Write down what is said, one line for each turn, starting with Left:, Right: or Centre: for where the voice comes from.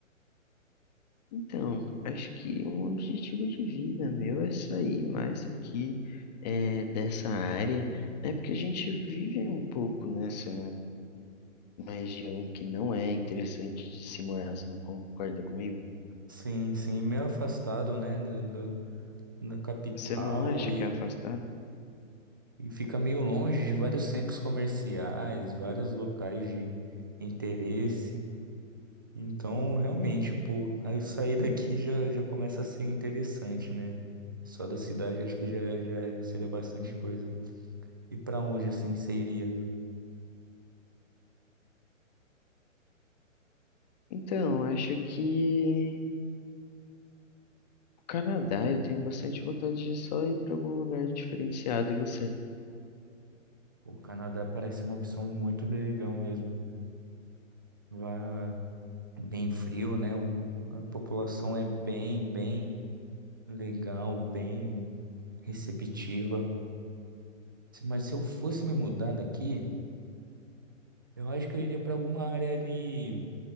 Left: então, acho que um objetivo de vida meu é sair mais aqui eh, dessa área, né? Porque a gente vive um pouco nessa uma região que não é interessante de se morar, você não concorda comigo?
Right: Sim, sim, meio afastado, né, do, do- da capital
Left: Você não acha que é afastado?
Right: E fica meio longe de vários centros comerciais, vários locais de interesse. Então, realmente, pô, aí eu sair daqui já, já começa a ser interessante, né? Só da cidade acho que já, já é- seria bastante coisa. E pra onde assim você iria?
Left: Então, acho que o Canadá, eu tenho bastante vontade de só ir para algum lugar diferenciado, e você?
Right: Pô, O Canadá parece uma opção muito legal mesmo. Lá bem frio, né? O- a população é bem, bem legal, bem receptiva. Se- Mas se eu fosse me mudar daqui. Eu acho que eu iria pra alguma área ali,